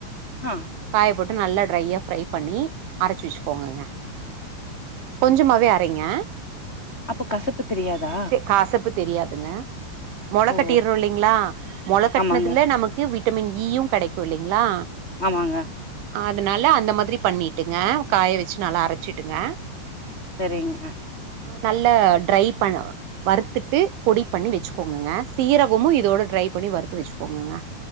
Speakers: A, on the left; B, on the right.
A: ஆ
B: காய போட் நல்லா டிரையா ஃப்ரை பண்ணி அரைச்சு வச்சுக்கோங்கங்க கொஞ்சமாவே அரைங்க
A: அப்ப கசப்பு தெரியாதா
B: தே கசப்பு தெரியாதுங்க மொள
A: ஓ
B: கட்டிறோ இல்லைங்களா மொள கட்னதுல
A: ஆமாங்க
B: நமக்கு விட்டமின் ஈயு கடைக்கு இல்லைங்களா
A: ஆமாங்க
B: அதனால அந்த மாதிரி பண்ணிட்டுங்க காய வச்சு நல்லா அரைச்சிடுங்க
A: சரிங்க
B: ஆ நல்ல ட்ரை பண்ண வறுத்துட்டு பொடி பண்ணி வச்சுக்கோங்கங்க சீரகமு இதோட ட்ரை பண்ணி வறுத்து வச்சுக்கோங்கங்க